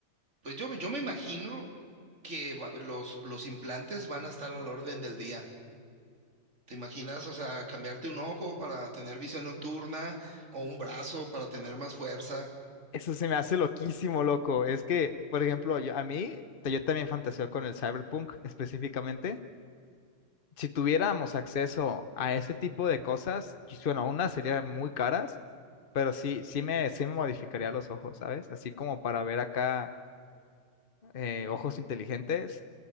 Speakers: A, on the right; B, on the left.
A: pues yo, me- yo me imagino que va- los, los implantes van a estar a la orden del día. ¿Te imaginas, o sea, cambiarte un ojo para tener visión nocturna o un brazo para tener más fuerza?
B: Eso se me hace loquísimo, loco. Es que, por ejemplo, yo- a mí, te- yo también fantaseo con el cyberpunk específicamente. Si tuviéramos acceso a ese tipo de cosas, quis- bueno, unas serían muy caras, pero sí, sí me, sí me modificaría los ojos, ¿sabes? Así como para ver acá eh, ojos inteligentes